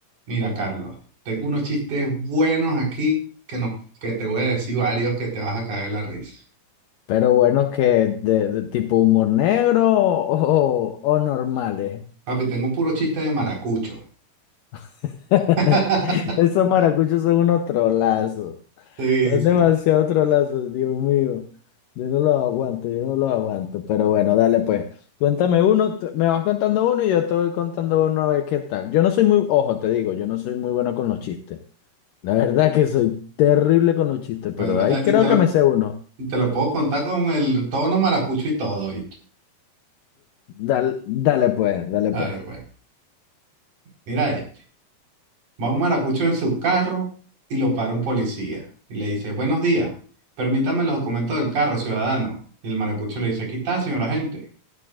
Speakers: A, on the right; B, on the left.
A: Mira, Carlos, tengo unos chistes buenos aquí que, no, que te voy a decir varios que te vas a caer la risa.
B: Pero buenos que de, de tipo humor negro o, o normales.
A: Papi, tengo puro chiste de maracucho.
B: <laughs>
A: <laughs>
B: Esos maracuchos son unos trolazos.
A: Sí,
B: Son
A: sí.
B: demasiado trolazos, Dios mío. Yo no los aguanto, yo no los aguanto. Pero bueno, dale pues. Cuéntame uno, tú- me vas contando uno y yo te voy contando uno a ver qué tal. Yo no soy muy, ojo, te digo, yo no soy muy bueno con los chistes. La verdad que soy terrible con los chistes,
A: Bueno,
B: pero ahí
A: ta-
B: creo
A: y te
B: que
A: lo,
B: me sé uno.
A: y te lo puedo contar con el tono maracucho y todo, ¿viste?
B: Dale, dale pues, dale
A: Dale,
B: pues.
A: pues. Mira este. Va un maracucho en su carro y lo para un policía. Y le dice, buenos días, permítame los documentos del carro, ciudadano. Y el maracucho le dice, aquí está, señor agente.